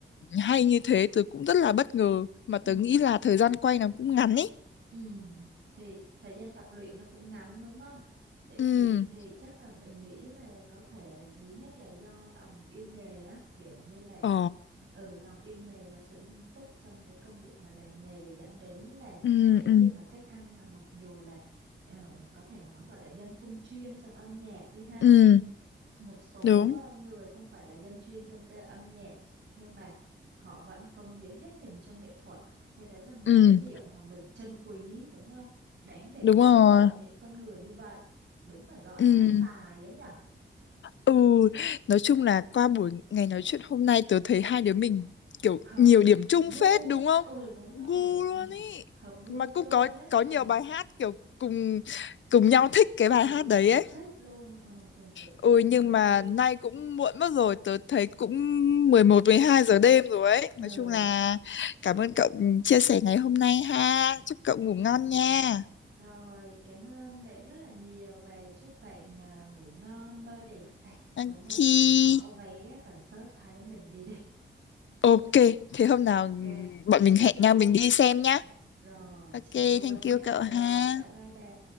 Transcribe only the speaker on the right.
Ừ.
Ừ, thì thời gian tập luyện nó cũng ngắn đúng không? Thì
thì thì chắc là mình nghĩ là có thể là thứ nhất là do lòng yêu nghề á, kiểu như là
ừ lòng yêu nghề và sự nghiêm túc trong cái công việc mà làm nghề dẫn đến là
cái
việc mà các anh mà mặc dù là ờ, có thể nói gọi là dân không chuyên trong âm nhạc đi ha
một số
ờ, người không phải là dân chuyên trong cái âm nhạc nhưng mà họ vẫn cống hiến hết mình cho nghệ thuật cái đấy là một
cái điểm mà mình trân quý đúng không đáng để
ngưỡng
mộ những con người như vậy đúng phải gọi
là ăn tài ấy nhở
hợp
gu
nhá
ừ đúng
rồi
ừ.
hợp gu
luôn
ấy
ừ.
ừ
cùng
sở
thích luôn ừ, cùng sở
thích cùng
hợp
gu
ừ
Rồi, cảm ơn bạn rất là nhiều và chúc bạn à, ngủ ngon, mơ đẹp. Ê,
bữa nào
à, có vé concert hai đứa mình đi đi. <laughs>
Ok,
triển
luôn.
Rồi,
triển luôn
nhé.
Rồi, bye bye bạn.